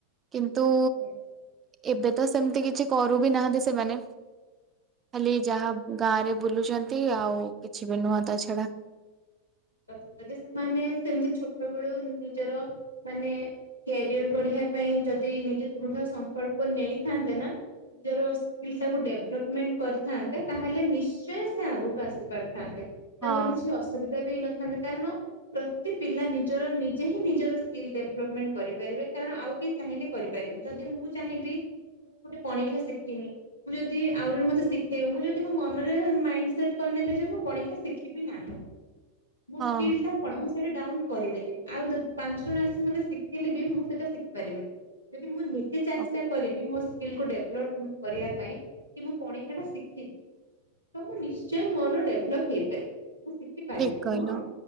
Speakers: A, on the right; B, on the left.
A: କିନ୍ତୁ
B: ହୁଁ
A: ଏବେ ତ ସେମିତି କିଛି କରୁ ବି ନାହାନ୍ତି ସେମାନେ। ଖାଲି ଯାହା ଗାଁ ରେ ବୁଲୁଛନ୍ତି ଆଉ କିଛି ବି ନୁହଁ ତା ଛଡା।
B: <unintelligible> ମାନେ ସେମିତି ଛୋଟ ବଳୁ ନିଜର ମାନେ କ୍ୟାରିଅର ବଢିବା ପାଇଁ ଯଦି ନିଜେ ଦୃଢ ସଂକଳ୍ପ ନେଇଥାନ୍ତେ ନା ନିଜର ତାକୁ ଡେଭଲପମେଣ୍ଟ କରିଥାନ୍ତେ ତାହେଲେ ନିଶ୍ଚୟ ସେ ଆଗକୁ ଆସି ପାରିଥାନ୍ତେ। ତାଙ୍କର
A: ହଁ
B: କିଛି ଅସୁବିଧା ବି ହେଇ ନଥାନ୍ତା କାରଣ ପ୍ରତି ପିଲା ନିଜର ନିଜେ ହିଁ ନିଜର ସ୍କିଲ୍ ଡେଭଲପମେଣ୍ଟ କରିପାରିବେ କାରଣ ଆଉ କି ଚାହିଁଲେ କରିପାରିବି ଯଦି ମୁଁ ଚାହିଁବି ମୁଁ ଗୋଟେ ପଣିଖା ଶିଖିନି ମୁଁ ଯଦି ଆଉ ଜଣେ ମତେ ଶିଖେଇବ ମୁଁ ଯଦି ମୋ ମନରେ ମାଇଣ୍ଡ ସେଟ୍ କରିନେବି ଯେ ମୁଁ କଣି ଶିଖିବି ନାହିଁ ମୋ
A: ହଁ
B: ସ୍କିଲଟା କଣ ମୁ ସେଉଠୁ ଡାଉନ କରିଦେଲି ଆଉ ଯଦି ପାଞ୍ଚ ଜଣ ଆସି ମତେ ଶିଖେଇଲେ ବି ମୁଁ ସେଇଟା ଶିଖିପାରିବିନି। ଯଦି ମୁଁ
A: ଠିକ
B: ନିଜେ ଚେଷ୍ଟା କରିବି ମୋ ସ୍କିଲ୍ କୁ ଡେଭଲପ କରିବା ପାଇଁ କି ମୁଁ କଣିଖା ଟା ଶିଖିବି ତ ମୁଁ ନିଶ୍ଚୟ ମୋର ଡେଭଲପ ହେଇପାରିବ ମୁଁ ଶିଖିପାରିବି।
A: ଠିକ କହିଲ
B: ନୁହଁ